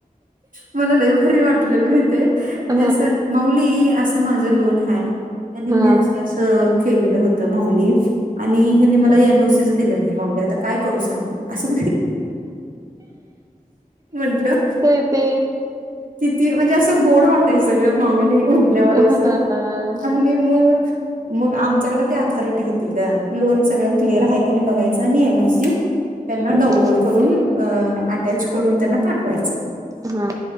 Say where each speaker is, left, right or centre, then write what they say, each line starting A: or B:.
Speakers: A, on the right (about 65°); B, on the right (about 25°).
A: मला लैयच भारी वाटलेल माहिती ये म्हणजे
B: हा
A: असं माऊली असं माझ लोन आहे, आणि
B: हा
A: मी असं सस अस केलेलं होतं माऊली. आणि हेिनी मला एन ओ सि स दिलं नाही माऊली, आता काय करू सांगा मी असं. म्हणटलं,
B: हो येते.
A: किती म्हणजे असं गोड वाट ते सगळे माऊनी म्हटल्यावर असं
B: हा हा
A: आणि मग मग आमच्याकडे ते अऑथॉरिटी होती का, लोन सगळं क्लिअर आहे की नाही बघायचं आणि एन ओ सी त्यांना डाऊनलोड
B: दे हा
A: करून अं अटॅच करून, त्यांना पाठवायचं.
B: हा,